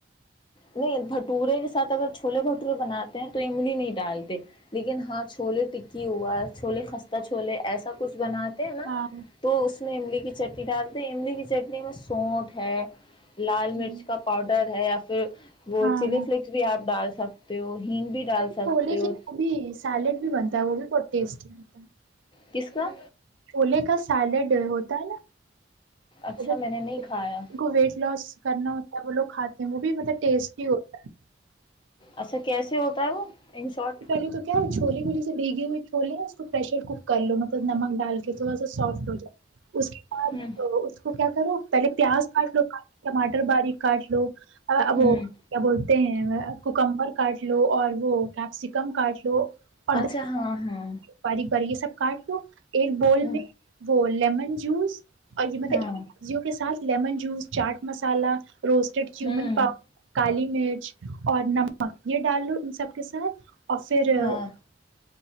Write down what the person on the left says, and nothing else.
نہیں بھٹورے کے ساتھ اگر چھولے بھٹورے بناتے ہیں تو اگلی نہیں ڈالتے لیکن ہاں چھولے ٹکی ہوا چھولے خستہ چھولے ایسا کچھ بناتے ہیں نا
تو اس میں املی کی چٹنی چٹارتے املی کی چٹنی میں سونٹ ہے لال
مرچ کا پاؤڈر ہے پھر وہ
چلی
فلیکس بھی آ ڈال سکتے ہو ہگ بھی ڈال
سکتے
ہو
کس کا
اچھا
میں نے نہیں کھایا
اچھا کیسے ہوتا ہے وہ ان شارٹ
ہوں
ہوں
اچھا ہاں ہاں
ہاں
ہاں
ہوں
ہاں